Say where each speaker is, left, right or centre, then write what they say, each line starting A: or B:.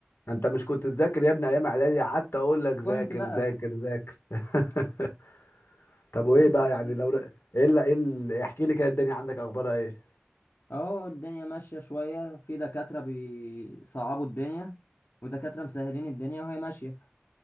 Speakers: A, on the left; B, on the left.
A: انت مش كنت تذاكر يا ابني ايام اعدادي قعدت اقول لك
B: كنت
A: ذاكر
B: بقى
A: ذاكر ذاكر <laughs> طب وايه
B: كنت
A: بقى
B: بقى-
A: يعني لو ر- ايه اللي ايه اللي احكي لي كده الدنيا عندك اخبارها ايه
B: اهو الدنيا ماشية شوية في دكاترة بيصعبوا الدنيا ودكاترة مسهلين الدنيا وهي ماشية